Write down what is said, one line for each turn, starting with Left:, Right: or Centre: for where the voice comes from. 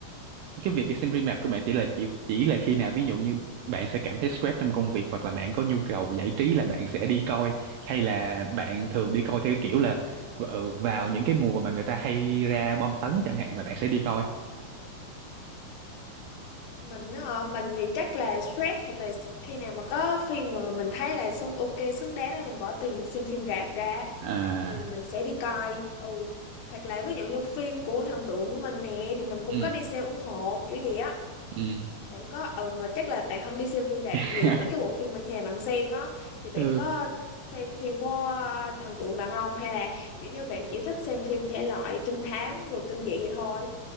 Right: cái việc đi xem phim rạp của bạn chỉ là chỉ chỉ là khi nào ví dụ như bạn sẽ cảm thấy stress trong công việc hoặc là bạn có nhu cầu giải trí là bạn sẽ đi coi hay là bạn thường đi coi theo kiểu là ừ, vào những cái mùa mà người ta hay ra bom tấn chẳng hạn là bạn sẽ đi coi
Left: mình á, mình thì chắc là stress hoặc là khi nào mà có phim mà mình thấy là xứng ok xứng đáng để mình bỏ tiền xem phim rạp ra
Right: à
Left: thì mình sẽ đi coi ừ hoặc là ví dụ như phim của thần tượng của mình nè thì mình cũng
Right: ừ
Left: có đi xem ủng hộ kiểu gì á
Right: Ừ.
Left: Bạn có ờ mà chắc là bạn không đi xem phim rạp
Right: <laughs>
Left: vậy mấy cái bộ phim ở nhà bạn xem á thì bạn
Right: ừ.
Left: có xem phim của ờ, thần tượng bạn không hay là kiểu như bạn chỉ thích xem phim thể loại trinh thám rồi kinh dị vậy thôi?